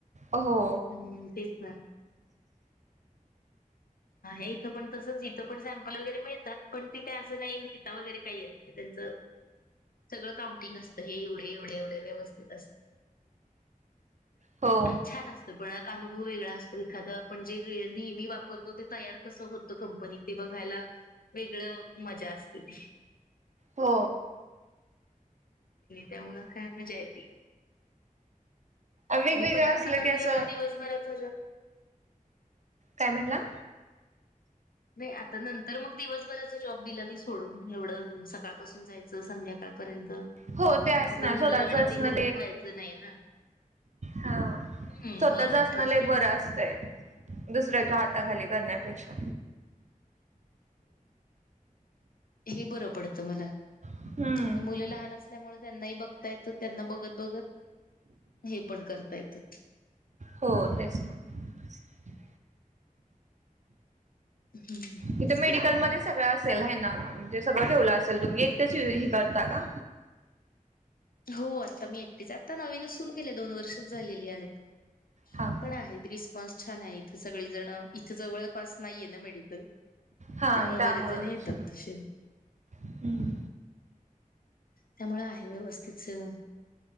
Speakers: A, on the right; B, on the left.
A: हो
B: हम्म तेच ना इथं पण तसच. इथं पण सॅम्पल वगैरे मिळतात पण ते काय असं नाही नेहता वगैरे काही येत. त्यांच सगळं काउंटिंग असत हेवढ. एवढे एवढे व्यवस्थित असतं.
A: हो
B: छान असत पण- वेगळा असतो एखाद आपण जे नेहमी- तो तयार कस होत कंपनीत ते बघायला वेगळ मजा असते ती.
A: हो.
B: त्यामुळे काय मजा येती.
A: वेगवेगळं
B: मी पण नंतर
A: असलं
B: नंतर
A: की असं
B: एवढा दिवसभरच-
A: काय म्हटलं?
B: नाही आता नंतर मग दिवसभराचा जॉब दिला मी सोडून. एवढं सकाळपासून जायचं संध्याकाळ र्यंत
A: हो आहेच
B: मग
A: ना
B: ते मुलं
A: स्वतःच
B: आणि
A: असणं
B: ते बघून व्हायचं नाही ना.
A: हा
B: हम्म
A: स्वतःच
B: हो ना
A: असणं
B: तेच
A: लय
B: की.
A: बरं असतंय दुसऱ्याच्या हाताखाली करण्यापेक्षा.
B: हे बरं पडत मला.
A: हम्म
B: आणि मुलं लहान असल्यामुळे त्यांनाही बघता येतं. त्यांना बघत बघत हे पण करता येत.
A: हो तेच म.
B: हम्म तेच
A: तिथे मेडिकलमध्येध्ये
B: की
A: सगळं असेल हाय ना. ते सगळं ठेवलं असेल तुम्ही एक तरच हे करता का?
B: हो आता मी एकटीच आता नवीनच सुरू केले दोन वर्षच झालेली आहेत.
A: हा का
B: पण आहेत रिस्पॉन्स छान आहे इथ सगळी जण इथ जवळपास नाहीये ना.
A: हा
B: त्यामुळे
A: त्यामुळेच
B: बरेच जण येतात तसे. हम्.
A: हम्म.
B: त्यामुळे आहे व्यवस्थित सगळं.